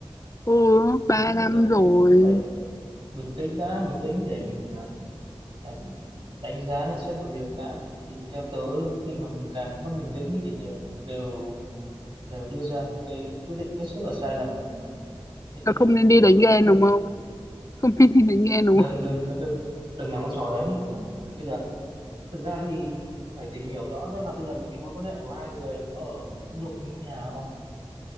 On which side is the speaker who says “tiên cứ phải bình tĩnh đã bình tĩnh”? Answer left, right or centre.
Right